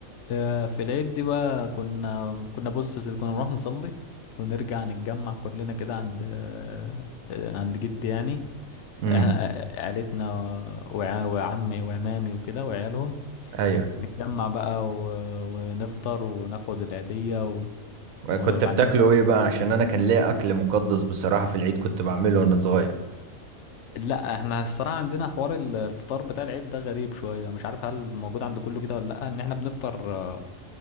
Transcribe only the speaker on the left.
آه، في العيد دي بقى كنا كنا بص يا سيدي، كنا نروح نصلي ونرجع نتجمع كلنا كده عند آه، آه، عند جدي يعني
احنا آه، عيلتنا وع- وعمي وعمامي وكده وعيالهم
نتجمع بقى و- ونفطر وناخد العيدية و... وبعدين
لا احنا الصراحة عندنا حوار ال- الفطار بتاع العيد ده غريب شوية مش عارف هل موجود عند كله كده ولا لأ ان احنا بنفطر آه،